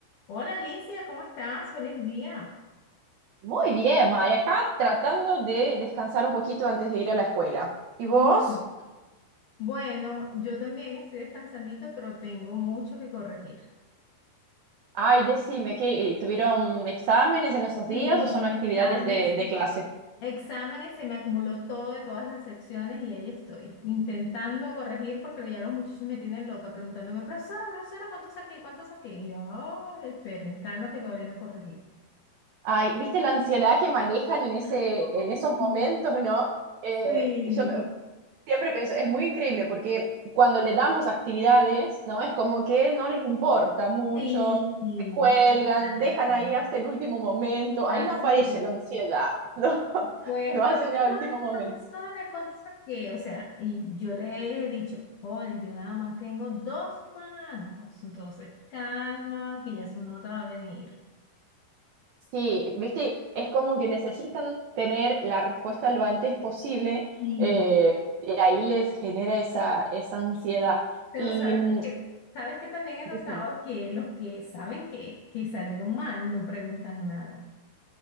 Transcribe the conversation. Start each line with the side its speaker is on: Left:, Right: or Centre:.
Left: Hola Alicia, ¿cómo estás? Feliz día.
Right: Muy bien, María, acá tratando de descansar un poquito antes de ir a la escuela. ¿Y
Left: Mm,
Right: vos?
Left: Bueno, yo también estoy descansandito, pero tengo mucho que corregir.
Right: Ay, decime, ¿qué, eh, tuvieron exámenes en esos
Left: Sí,
Right: días o son
Left: mis
Right: actividades
Left: exámenes.
Right: de, de clase?
Left: Exámenes, se me acumuló todo de todas las secciones y ahí estoy, intentando corregir porque ya los muchachos me tienen loca preguntándome, profesora, profesora, ¿cuánto saqué? ¿Cuánto saqué? Y yo, "Ay, esperen, calma que todavía no he corregido.
Right: Ay, ¿viste la ansiedad que manejan en
Left: <laughs>
Right: ese, en esos momentos, no? Eh,
Left: Sí,
Right: yo me- siempre pienso, es muy increíble porque cuando le damos actividades, ¿no? Es como que no les importa mucho,
Left: sí, sí,
Right: se cuelgan,
Left: exacto.
Right: dejan ahí hasta el último momento,
Left: Así
Right: ahí no aparece
Left: es.
Right: la ansiedad, ¿no? <laughs>
Left: Pues,
Right: Lo hacen
Left: profesora,
Right: de al último momento.
Left: profesora, cosa que, o sea, y yo le he dicho, joven, yo nada más tengo dos manos, entonces calma, que ya su nota va a venir.
Right: Sí, viste, es como que necesitan tener la respuesta lo antes posible
Left: Y
Right: eh, y ahí les genera esa, esa ansiedad.
Left: Pero
Right: Y
Left: sabes
Right: mm,
Left: que, sabes que también he notado
Right: decime,
Left: que los que saben que, que salieron mal no preguntan nada.